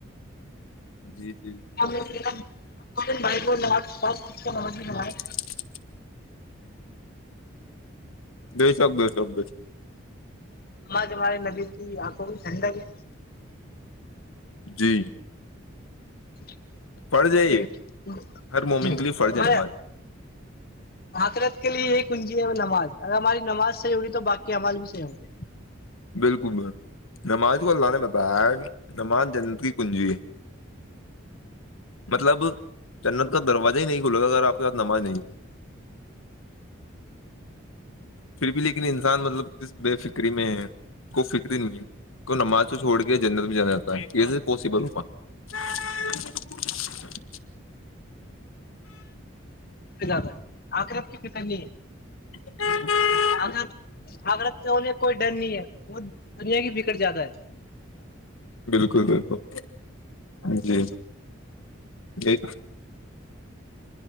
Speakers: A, on the left (about 80°); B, on the left (about 45°).
A: جی جی
B: بائ ہم <unintelligible>
A: <inaudible> بیشک بیشک بیشک
B: نماج ہمارے نبی کی آنکھوں بھی ٹھڈک ہے
A: جی
B: <unintelligible>
A: فرض ہے یہ ہر مومن کے لیے فرض ہے نماز
B: آ خئیرت کے لیے یہ کنجی ہے نماز اگر ہماری نماز صحیح ہوگی تو باقیعماز بھی صحی ہوں گے
A: بالکل ب نماز کو لا پ بگ نماز جنت کی کنجی ہے مطلب جنت کا دروازہ ہی نہیں گھولے گا اگر آپ کے ساتھ نماز نہیں تو
B: <inaudible>
A: پھر بھی لیکن انسان مطلب کی بے فکری میں ہے کو فکر نہیں ہے کو نماز کو چھوڑ کے جنا ت جانا جتا ہے یہ پاسبل ہو پا <unintelligible>
B: زیادہ آخرت کی فتر نہیں ہے
A: <unintelligible>
B: آغر آغرت سے ہونے کا کوئی ڈر نہیں ہے بت دنیا کی بکٹ زیادہ ہے
A: بالکل بالکل جی جی